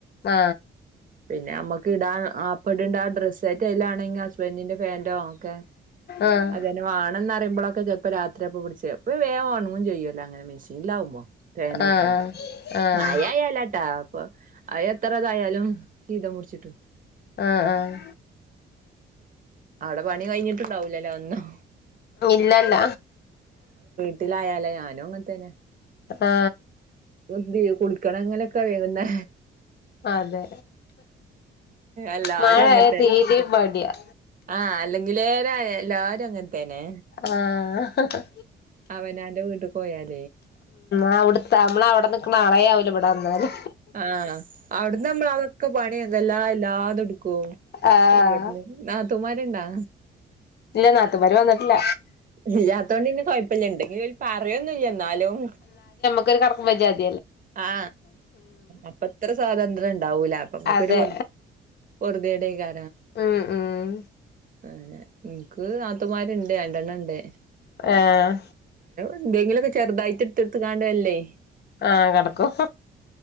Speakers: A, on the left; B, on the right.
A: ആ
B: പിന്നെ അമ്മക്ക് ഇടാൻ അപ്പടണ്ട ആ ഡ്രസ്സ് ആ എല്ലാണെങ്കിൽ ഹസ്ബൻഡിന്റെ പാൻ്റ് ഒക്കെ
A: ആഹ്
B: അതന്നെ വേണന്ന്റിയുമ്പോളെക്കെ ഒക്കെ <unintelligible> രാത്രിയപ്പൊ ചെലപ്പ വേഗോണ ചെയ്യൂല്ല അങ്ങനെ മെഷീനിലാവുമ്പോ പേനൂട്ടാണ്
A: ആഹ് ആഹ്
B: മഴായാലാട്ടാ അപ്പൊ അ എത്ര ഇതായാലും ചീതം മുടിച്ചിട്ടു
A: ആഹ് ആഹ്
B: അവിടെ പണി കഴിഞ്ഞിട്ടുണ്ടാവൂലല്ലോ ഒന്നും
A: ഇല്ലല്ല
B: വട്ടത്തിലായാലേ ഞാനും അങ്ങനത്തേന്നെ
A: ആ
B: <unintelligible> കുളിക്കണം അങ്ങനൊക്കെ വേങ്ങുന്നെ
A: അതെ
B: എല്ലാരും
A: മഴയായാ
B: അങ്ങൻത്തന്നെ
A: തീരേ മടിയാ
B: ആഹ് അല്ലെങ്കിലേ എല്ലാരും അങ്ങന തന്നെ
A: ആഹ്
B: അവൻ അവന്റെ വീട്ടിക്ക് പോയാര്ന്ന്
A: ആ അവ്ട്ത്ത നമ്മള അവിടെ നിക്കണ ആളെ ആവീല ഇവിടെ വന്നാല്
B: ആഹ് അവിടുന്ന് നമ്മൾ അതൊക്കെ പഠി അ എന്തെല്ലാ എല്ലാതൊട ക്ക്
A: ആഹ്
B: ഇവിടന്ന് നാത്തുമാരുണ്ടാ
A: ഇല്ല നാത്തൂമാര് വന്നിട്ടില്ല
B: ഇല്ല അതുകൊണ്ട് പിന്നെ കുഴപ്പില്ല ഇണ്ട്ങ്കിലൊര് പ മഴേന്നൂല്ലെന്ന് എന്നാലും
A: കൊരു <unintelligible>
B: ആ അപ്പത്ര സ്വാതന്ത്ര്യം ഉ ണ്ടാവൂല അപ്പ നമ്മക്കൊരു
A: അതെ
B: ഒരുദേടേ കാ
A: ഉം ഉം
B: അ എനിക്ക് നാത്തൂമാരുണ്ട് രണ്ടെണ്ണംണ്ട്
A: ആഹ്
B: എന്തെങ്കിലുമൊക്കെ ചെറുതായിട്ട് എടുത്ത് എടുത്ത്ക്കാണുവല്ലേ
A: ആഹ് കിടക്കും